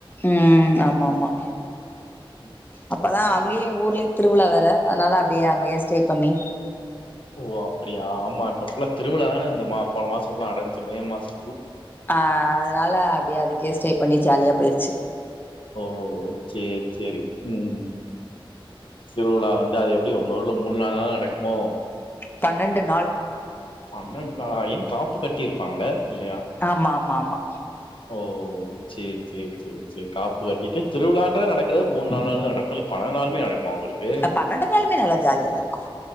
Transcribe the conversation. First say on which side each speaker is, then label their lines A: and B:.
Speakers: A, on the left; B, on the left.
A: ம் ஆமா ஆமா
B: ம்
A: அப்பதா
B: ஓ
A: அங்கெயு
B: பஸ்
A: ஊர்லயு திருவுழா வேற அதுனால அப்டியே அங்கெயே ஸ்டே பண்ணி
B: ஓ அப்புடியா ஆமா இப்ப ஃபுல்லா திருவுழாதான இந்த மா போன மாசபுல்லா நடஞ்ச்சு மே மாசொ
A: அ அதுனால அப்டியே அதுக்கே ஸ்டே பண்ணி ஜாலியா போயிருச்சு
B: ஓ சேரி சேரி ம் திருவுழா வந்து அது எப்டியு உங்க ஊர்ல மூனு நாலு நாள் நடக்குமோ
A: பன்னெண்டு நாள்
B: பன்னெண்டு நாளா ஏ காப்பு கட்டிருப்பாங்கள இல்லையா
A: ஆமா ஆமா ஆமா
B: ஓ சேரி சேரி சேரி சேரி காப்பு கட்டிட்டு திருவிழான்றது நடக்றது மூன் நால் நாள்ல நடக்கு இல்ல பன்னெண் நாளுமே நடக் மா ஒங்களுக்கு
A: அ பன்னெண்டு நாலுமே நல்லா ஜாலியா தா இருக்கு